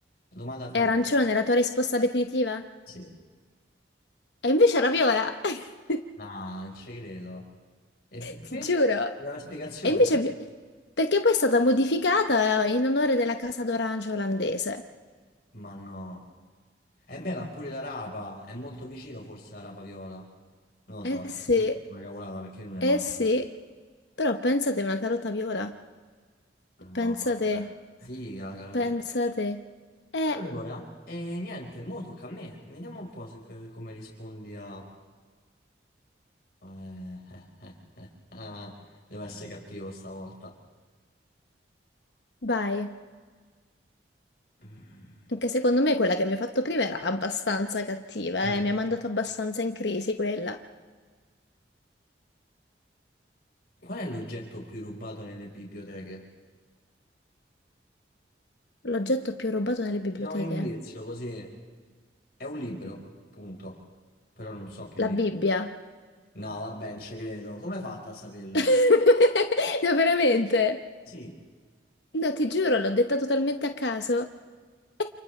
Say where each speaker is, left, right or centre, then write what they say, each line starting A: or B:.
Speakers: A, on the left; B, on the left.
A: Domanda tra
B: È arancione,
A: bu-
B: la tua risposta definitiva?
A: Sì.
B: E invece Raviola, <laughs>
A: Ah, non ci credo. E perché?
B: ti giuro.
A: Mi dà la spiegazione?
B: E invece, abbi- perché poi è stata modificata in onore della casa d'orange olandese.
A: Ma no. E beh, ma pure la rapa. È molto vicino forse alla rapa viola. Non lo so,
B: Eh sì,
A: forse è una cavolata perché non è manco.
B: eh sì. Però pensate una carota viola.
A: No,
B: Pensate,
A: vabbè. Figa la gara
B: pensate.
A: d'olio.
B: Eh,
A: Allora, e niente, mo tocca a me. Vediamo un po' se, come rispondi a... eh, <laughs> eh, eh, eh. Devo essere cattivo stavolta.
B: vai.
A: Mm.
B: Anche secondo me quella che mi ha fatto prima era abbastanza cattiva,
A: Qual
B: eh. Mi ha mandato abbastanza in crisi quella.
A: è l'oggetto più rubato nelle biblioteche?
B: L'oggetto più rubato nelle biblioteche.
A: Ti do un indizio, così è un libro, punto. Però non so che libro.
B: La Bibbia.
A: No, vabbè, non ci credo. Come hai fatto a saperlo?
B: <laughs> No, veramente.
A: Sì,
B: No, ti giuro, l'ho detta totalmente a caso. <laughs>